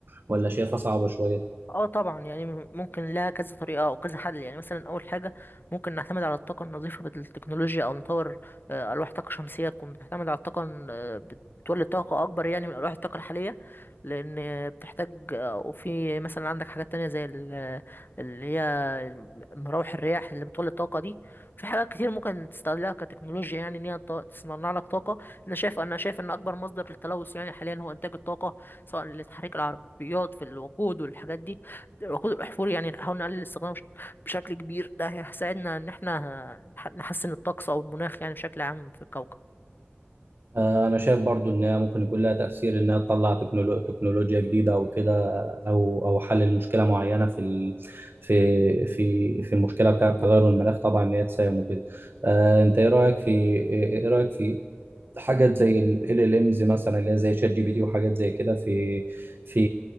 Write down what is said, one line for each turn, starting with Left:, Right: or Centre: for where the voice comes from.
Right: ولا شايفها صعبه شويه
Left: اه طبعا يعني م- ممكن لها كذا طريقة او كذا حل يعني مثلا اول حاجة ممكن نعتمد على الطاقة النظيفة بالتكنولوجيا او نطور آه، الواح طاقة شمسية تكون بتعتمد على الطاقة ال- آه، بت- بتولد طاقة اكبر يعني من الواح الطاقة الحالية لان آه، بتحتاج آه، وفي مثلا عندك حاجات تانية زي ال- آه، اللي هي الم- مراوح الرياح اللي بتولد طاقة دي في حاجات كتير ممكن تستغلها كتكنولوجيا يعني ان هي ت- تصنع لك طاقة انا شايف انا شايف ان اكبر مصدر للتلوث يعني حاليا هو انتاج الطاقة سواء لتحريك العربيات في الوقود والحاجات دي خضار وحفور يعني نحاول نقلل استخدامه بش- بشكل كبير ده هيساعدنا ان احنا نح- نحسن الطقس او المناخ يعني بشكل عام في الكوكب
Right: آه، انا شايف برضو انها ممكن يكون لها تاثير انها تطلع تكنولو... تكنولوجيا جديده او كده او او حل المشكله معينه في ال... في في في المشكله بتاعه تغير المناخ طبعا ان هي تساهم وكده آه، انت ايه رايك في ايه إيه رايك في حاجات زي ال ال امز مثلا اللي هي زي شات جي بي تي وحاجات زي كده في في